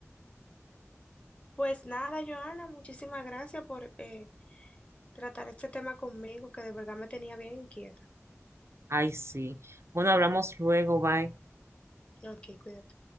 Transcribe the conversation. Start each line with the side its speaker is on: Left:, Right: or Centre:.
Left: Pues nada, Joana, muchísimas gracias por eh, tratar este tema conmigo, que de verdad me tenía bien inquieta.
Right: Ay, sí. Bueno, hablamos luego, bye.
Left: Ok, cuídate.